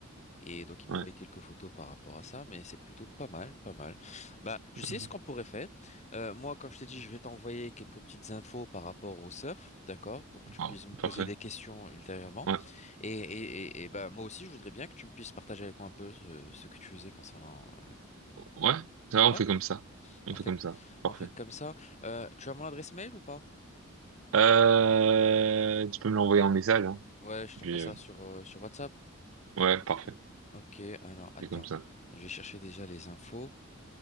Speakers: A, on the left (about 35°); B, on the right (about 70°).
A: Et donc, il m'a
B: ouais.
A: envoyé quelques photos par rapport à ça. Mais c'est plutôt pas mal, pas mal. Bah, tu sais
B: ok.
A: ce qu'on pourrait faire? Euh, moi, quand je t'ai dit, je vais t'envoyer quelques petites infos par rapport au surf, d'accord, pour que tu
B: Wow,
A: puisses me poser
B: parfait.
A: des questions ultérieurement.
B: Ouais.
A: Et, et, et, et bah, moi aussi, je voudrais bien que tu me puisses partager avec moi un peu ce, ce que tu faisais concernant le.
B: Ouais, ça va, on
A: ouais,
B: fait comme ça. On
A: On
B: fait
A: fait,
B: comme ça. Parfait.
A: on fait comme ça. Euh, tu as mon adresse mail ou pas?
B: Euh, tu peux me l'envoyer en message, hein.
A: Ouais, je t'envoie
B: Puis,
A: ça
B: euh,
A: sur, euh, sur WhatsApp.
B: ouais, parfait.
A: Ok, alors attends.
B: On fait comme ça.
A: Je vais chercher déjà les infos.